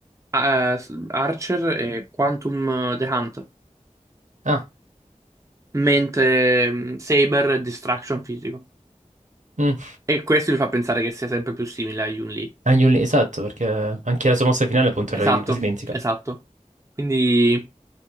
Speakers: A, on the right; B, on the right.
A: eh, Archer è Quantum eh, The Hunt,
B: Ah,
A: mentre mm, Saber è Distraction Fisico.
B: mm.
A: E questo mi fa pensare che sia sempre più simile a Yun-Li.
B: Anche un- esatto, perché anche la sua mossa finale appunto
A: Esatto,
B: era i- quasi identica.
A: esatto. Quindi,